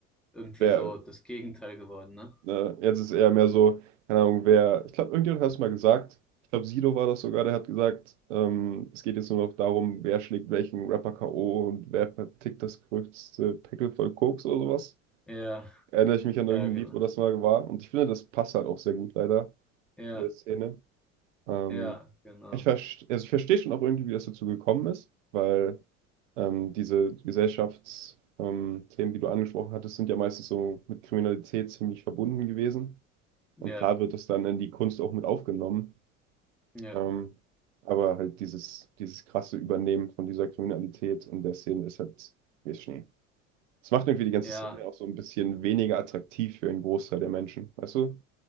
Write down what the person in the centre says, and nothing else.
irgendwie
so das Gegenteil geworden, ne?
Ja,
ja, genau.
Ja,
ja, genau.
Ja,
ja,
ja,